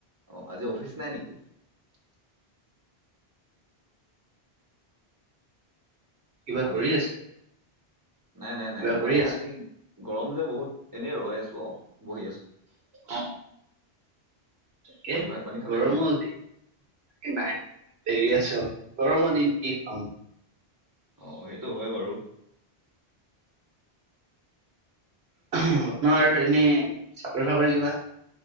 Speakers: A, on the right; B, on the right.
A: অ আজি অফিচ নাই নেকি?
B: কিবা
A: হেল্ল'
B: কৰি আছে?
A: নাই নাই নাই,
B: কিবা
A: মই
B: কৰি আছে?
A: আজি গৰম যে বহুত এনেই ৰৈ আছোঁ অ, বহি আছোঁ।
B: অ তাকে
A: বাকী ভাত পানী খালে
B: গৰমো
A: নে নাই
B: আজি। এ নাই দেৰি আছে অলপ। গৰমৰ দিন কি খাম
A: অ সেইটো হয় বাৰু।
B: অহ আপোনাৰ এনেই চাকৰি বাকৰি কিবা?